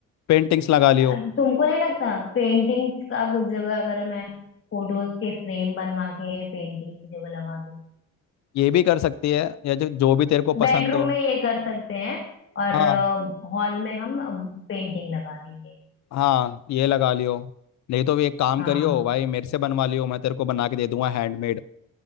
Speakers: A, on the left; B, on the left.
A: पेंटिंग्स लगा लियो
B: यार, तुमको नहीं लगता पेंटिंग्स का जगह अगर मैं फोटोज के फ्रेम बनवा के पेंटिंग की जगह लगा दूँ
A: ये भी कर सकती है या जो जो भी तेरे को
B: बेडरूम
A: पसंद हो
B: में ये कर सकते हैं और
A: हाँ
B: हॉल में हम पेंटिंग लगा देंगे
A: हाँ ये लगा लियो नहीं तो भी एक काम
B: हाँ
A: करियो भाई मेरे से बनवा लियो मैं तेरे को बना के दे दूंगा हैंडमेड